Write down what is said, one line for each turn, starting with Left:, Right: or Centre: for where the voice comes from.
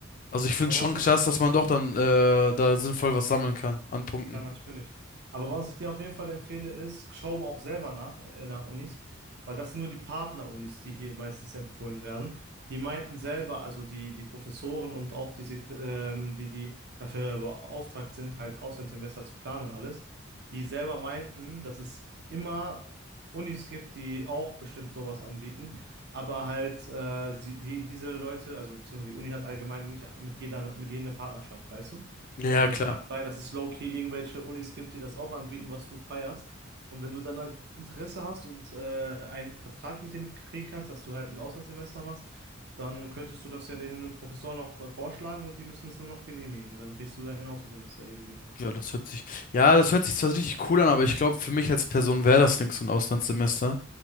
Left: Also ich finde
Right: Aber
Left: schon
Right: was
Left: krass,
Right: ich
Left: dass man doch dann äh, da sinnvoll was sammeln kann an Punkten.
Right: Klar, natürlich. Aber was ich dir auf jeden Fall empfehle, ist, schau mal auch selber nach, äh, nach Unis, weil das sind nur die Partner-Unis, die hier meistens empfohlen werden. Die meinten selber, also die, die Professoren und auch diese, ähm, die, die dafür beauftragt sind, halt Auslandssemester zu planen und alles, die selber meinten, dass es immer Unis gibt, die auch bestimmt sowas anbieten, aber halt äh, sie, die, diese Leute, also beziehungsweise die Uni hat allgemein nicht mit jeder, mit jeder eine Partnerschaft, weißt du?
Left: Ja, ja,
Right: Und
Left: klar.
Right: es kann sein, dass es low-key irgendwelche Unis gibt, die das auch anbieten, was du feierst. Und wenn du dann halt Interesse hast und äh, einen Vertrag mit denen kriegen kannst, dass du halt ein Auslandssemester machst, dann könntest du das ja den Professoren noch äh, vorschlagen und die müssen es nur noch genehmigen. Und dann kriegst du dein Auslandssemester easy genehmigt.
Left: Ja, das hört sich, ja, das hört sich zwar richtig cool an, aber ich glaube, für mich als Person wäre das nichts, so ein Auslandssemester,